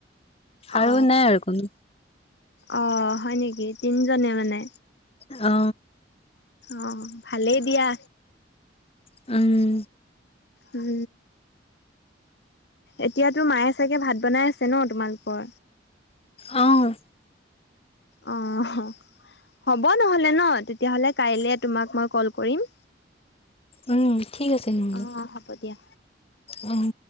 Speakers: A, on the left (about 65°); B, on the left (about 35°).
A: অ
B: আৰু নাই আৰু কোনো
A: অ হয় নেকি তিনজনে মানে
B: অ
A: অ ভালেই দিয়া
B: উম
A: উম এতিয়াতো মায়ে চাগে ভাত বনাই আছে ন তোমালোকৰ
B: অঁ
A: অ হ হ'ব নহলে ন তেতিয়াহলে কাইলে তোমাক মই কল কৰিম
B: উম ঠিক আছে নহ'লে,
A: অ' হ'ব দিয়া।
B: উম